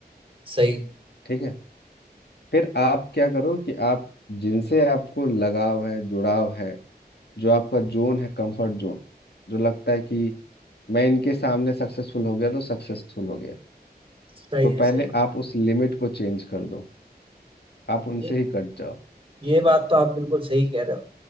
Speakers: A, on the right; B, on the left.
A: सही
B: ठीक है फिर आप क्या करो कि आप जिनसे आपको लगाव है जुड़ाव है जो आपका जोन है कंफर्ट जोन जो लगता है कि मैं इनके सामने सक्सेसफुल हो गया तो सक्सेसफुल हो गया
A: सही
B: तो
A: है
B: पहले
A: सही
B: आप उस लिमिट को चेंज कर दो आप उनसे
A: ये
B: ही कट जाओ
A: ये बात तो आप बिल्कुल सही कह रहे हो